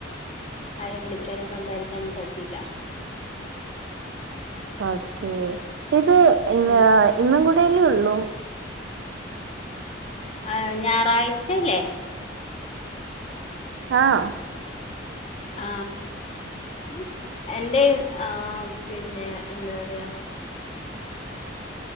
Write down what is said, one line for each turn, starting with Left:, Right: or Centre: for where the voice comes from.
Left: ആരും വിളിക്കാനും സംസാരിക്കാനൊന്നും പറ്റിയില്ല
Right: ഓക്കേ ഇത് ഇന്ന്
Left: ആഹ്
Right: ഇന്നും കൂടെല്ലേ ഉള്ളൂ
Left: ആഹ് ഞായറാഴ്ചല്ലേ?
Right: ആഹ്
Left: ആഹ് ഉം എന്റെറെ ആഹ് പിന്നെ എന്താ പറയാ